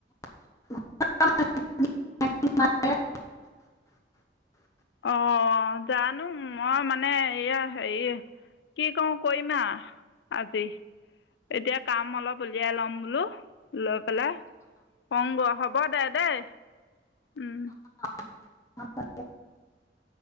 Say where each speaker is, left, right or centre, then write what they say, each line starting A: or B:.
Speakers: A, on the left; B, on the left.
A: <unintelligible>
B: অ' জানো মই মানে এয়া হেৰি কি কো কৰিমা আজি এতিয়া কাম অলপ উলিয়াই লম বোলো। লৈ পেলাই, কং ব হ'ব দে দেই। উম
A: আ প <inaudible>